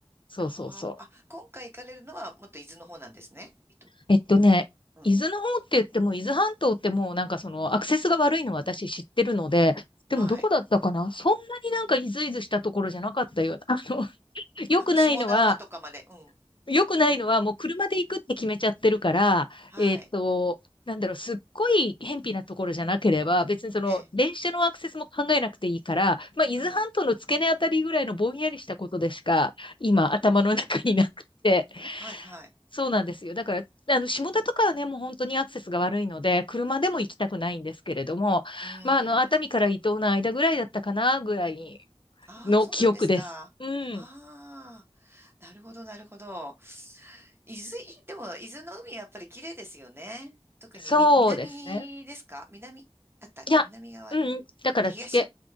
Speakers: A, on the left; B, on the right.
A: そうそうそう。
B: ああ、あ、今回行かれるのはもっと伊豆の方なんですね。伊豆。
A: えっとね、
B: うん。
A: 伊豆の方って言っても、伊豆半島ってもうなんかそのアクセスが悪いのは私知ってるので、でもどこだったかなそんなになんかイズイズしたところじゃなかったような。
B: はい。
A: あの、<laughs> 良くないのは、
B: あの、下田とかまで。うん。
A: 良くないのはもう車で行くって決めちゃってるから、
B: ええ、はい。
A: えっと、なんだろう、すっごい偏僻なところじゃなければ、別にその電車のアクセスも考えなくていいから、
B: ええ、
A: まあ、伊豆半島の付け根あたりぐらいのぼんやりしたことでしか、
B: うん。
A: 今頭の中になくて、
B: うん。はい、はい。
A: そうなんですよ。だから、あの、下田とかはね、もう本当にアクセスが悪いので、車でも行きたくないんですけれども、
B: う
A: まあ、あの、熱海から伊東の間ぐらいだったかな、
B: ん。
A: ぐらい
B: ああ、
A: の記憶です。
B: そうなんですか。
A: うん。
B: ああ、なるほど、なるほど。伊豆、いでも、伊豆の海やっぱり綺麗ですよね。特にみ、
A: そうですね。
B: 南ですか南あった、
A: いや、
B: 南側に。
A: うん。だから、
B: に東
A: つけ。